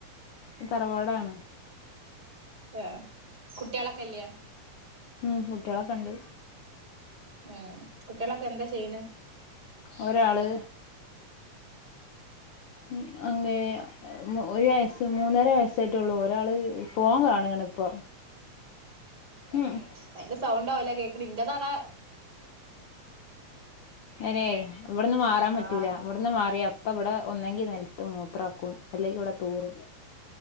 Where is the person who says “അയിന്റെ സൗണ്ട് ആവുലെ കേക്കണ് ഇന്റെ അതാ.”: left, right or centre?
Right